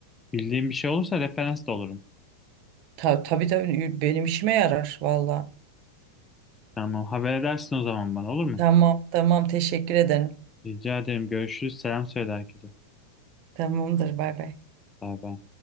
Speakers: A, on the left (about 15°); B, on the right (about 45°).
A: Bildiğin bir şey olursa referans da olurum.
B: Ta, tabii tabii benim işime yarar valla.
A: Tamam haber edersin o zaman bana olur mu?
B: Tamam tamam teşekkür ederim.
A: Rica ederim görüşürüz. Selam söyle herkese.
B: Tamamdır bay bay.
A: Bay bay.